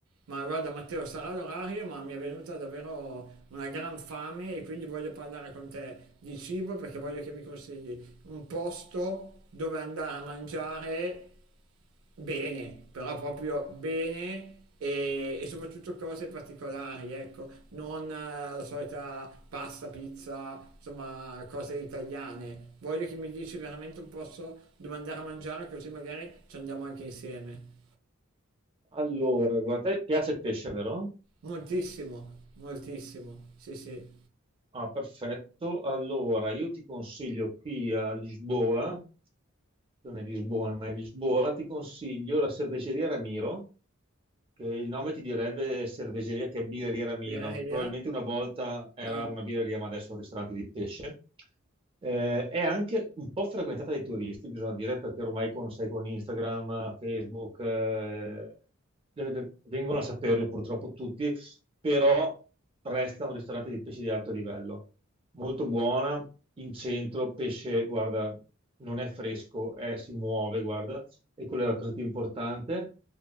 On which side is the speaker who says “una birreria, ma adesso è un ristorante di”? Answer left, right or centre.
Right